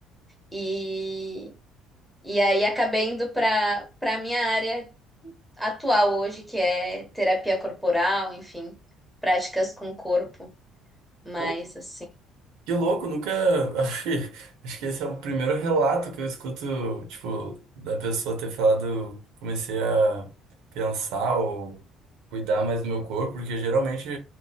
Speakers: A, in the centre; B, on the right.
A: E, e aí acabei indo para para minha área atual hoje, que é terapia corporal, enfim, práticas com o corpo, mais
B: Pô,
A: assim.
B: que louco, nunca. <laughs> Acho que acho que esse é o primeiro relato que eu escuto, tipo, da pessoa ter falado, comecei a pensar ou cuidar mais do meu corpo, porque geralmente